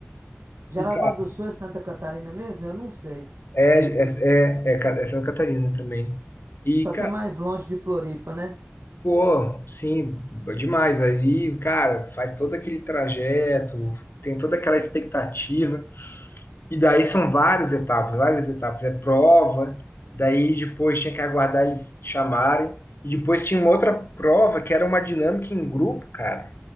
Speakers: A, on the right; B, on the left.
A: Jaraguá
B: E, cara,
A: do Sul é Santa Catarina mesmo? Eu não sei.
B: é, é, é, é Ca- é Santa Catarina também. E,
A: Só que é mais longe de Floripa, né?
B: Pô, sim, demais. Aí, cara, faz todo aquele trajeto, tem toda aquela expectativa. E daí são várias etapas, várias etapas. É prova, daí depois tinha que aguardar eles chamarem. E depois tinha uma outra prova que era uma dinâmica em grupo, cara.